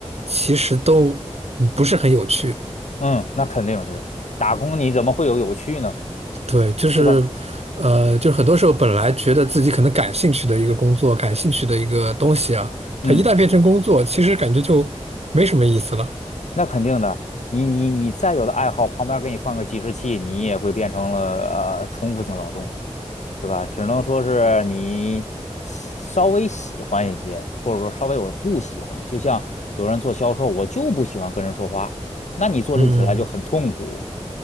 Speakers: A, on the right (about 60°); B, on the left (about 80°).
A: 其实都嗯不是很有趣。
B: 嗯，那肯定是的打工，你怎么会有有趣呢？
A: 对，就是，
B: 对吧？
A: 呃，就是很多时候本来觉得自己可能感兴趣的一个工作，感兴趣的一个东西啊，它一旦变成工作，
B: 嗯，
A: 其实感觉就没什么意思了。
B: 那肯定的。你你你再有的爱好，旁边给你放个计时器，你也会变成了呃重复性劳动，对吧？只能说是你喜稍微喜欢一些，或者说稍微我不喜欢。就像有人做销售，我就不喜欢跟人说话，那你做这起来就很痛苦，
A: 嗯